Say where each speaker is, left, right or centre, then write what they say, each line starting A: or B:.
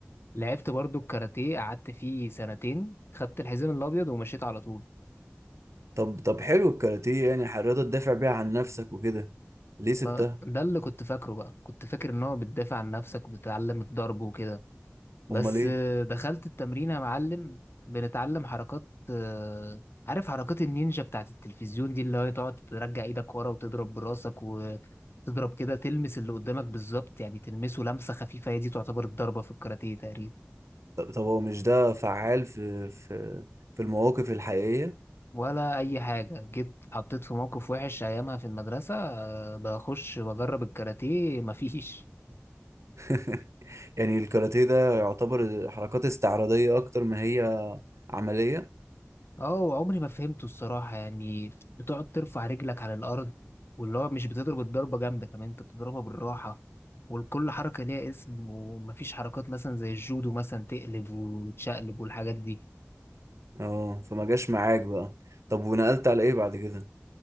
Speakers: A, on the left; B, on the right.
A: لعبت برضو الكاراتيه قعدت فيه سنتين خدت الحزام الأبيض ومشيت على طول
B: طب طب حلو الكاراتيه يعني ح- رياضة تدافع بيها عن نفسك وكده ليه سبتها
A: ما- ده اللي كنت فاكره بقى كنت فاكر إن هو بتدافع عن نفسك وبتتعلم الضرب وكده بس
B: امال ايه
A: آه، دخلت التمرين يا معلم بنتعلم حركات آه، عارف حركات النينجا بتاعت التلفزيون دي اللي هي تقعد ترجع ايدك ورا وتضرب براسك وتضرب كده تلمس اللي قدامك بالظبط يعني تلمسه لمسة خفيفة هي دي تعتبر الضربة في الكاراتيه تقريبا
B: طب, طب هو مش ده فعال في في في المواقف الحقيقية
A: ولا أي حاجة جيت اتحطيت في موقف وحش أيامها في المدرسة آه، بخش وأجرب الكاراتيه مفيش
B: <laughs> يعني الكاراتيه ده يعتبر حركات استعراضية أكتر ما هي عملية
A: اه عمري ما فهمته الصراحة يعني بتقعد ترفع رجلك على الأرض واللي هو مش بتضرب الضربة جامدة كمان انت بتضربها بالراحة والكل حركة ليها اسم ومفيش حركات مثلا زي الجودو مثلا تقلب وتشقلب والحاجات دي
B: اه فما جاش معاك بقى طب ونقلت على إيه بعد كده؟